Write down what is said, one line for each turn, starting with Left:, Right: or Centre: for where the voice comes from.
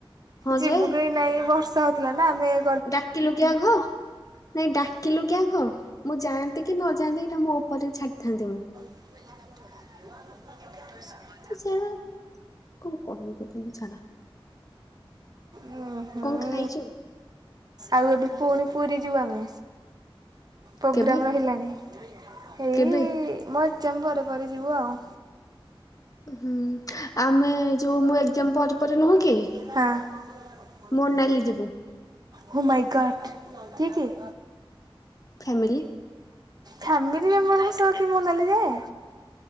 Left: ହଁ
Right: ଯିବୁ
Left: ଯେ
Right: କି ନାଇଁ ବର୍ଷା ହେଉଥିଲା ନା ଆମେ-ଏ-ଏ
Left: ଡାକିଲୁ କି ଆଘ ନାଇଁ ଡାକିଲୁ କି ଆଘ ମୁଁ ଯାଆନ୍ତି କି ନ ଯାଆନ୍ତି ଏଇଟା ମୋ ଉପରେ ଛାଡିଥାନ୍ତେ ମୁଁ।
Right: <unintelligible>
Left: ତୁ ସେଇଟା କଣ କହିବି ତତେ ହେ ଛାଡ଼
Right: ଉଁ ହୁଁ
Left: କଣ ଖାଇଛୁ?
Right: ଆଉ ଏବେ ପୁଣି ପୁରୀ ଯିବୁ ଆମେ। ପୋଗ୍ରାମ
Left: କେବେ
Right: ରହିଲାଣି ଏଇ-ଇ-ଇ
Left: କେବେ
Right: ମୋ ଏଗ୍ଜାମ୍ ପରେ ପରେ ଯିବୁ ଆଉ।
Left: ହୁଁ ଆମେ ଯୋଉ ମୁଁ ଏକ୍ଜାମ୍ ପରେ ପରେ ନୁହିଁ କି
Right: ହଁ
Left: ମୋନାଲି ଯିବୁ
Right: ଓ ମାଇଁ ଗଟ ସିଏ କିଏ?
Left: ଫ୍ୟାମିଲି
Right: ଫ୍ୟାମିଲି ମେମ୍ବର ଙ୍କ ସହ କିଏ ମୋନାଲି ଯାଏ?